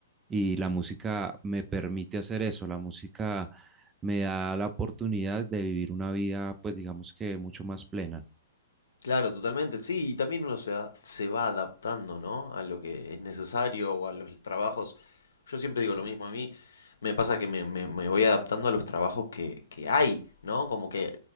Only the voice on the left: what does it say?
Claro, totalmente. Sí, y también uno se va, se va adaptando, ¿no? A lo que es necesario o a los trabajos. Yo siempre digo lo mismo, a mí me pasa que me, me- me voy adaptando a los trabajos que, que hay, ¿no? Como que